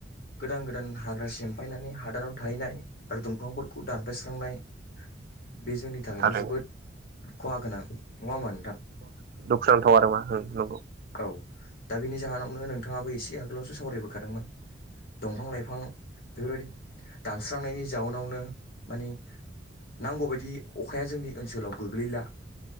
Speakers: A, on the left (about 55°); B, on the right (about 50°).
A: गोदान गोदान हाग्रा सिमफायनानै हादानाव थाहैनाय आरो दंफांफोरखौ दानफायस्रांनाय बे जोंनि थाखायथ
B: थारैनो
A: जोबोद खहा गोनां नंङा होमबा नोंथां
B: दुखुनांथाव आरो मा नंगौ
A: औ दा बेनि जाहोनावनो नोंथाङाबो एसे आगोलावसो सावरायबोखादोंमोन दंफां लाइफां बेफोरबायदि दानस्रांनायनि जाउनावनो माने नांगौ बायदि अखाया जोंनि ओनसोलाव गोग्लैला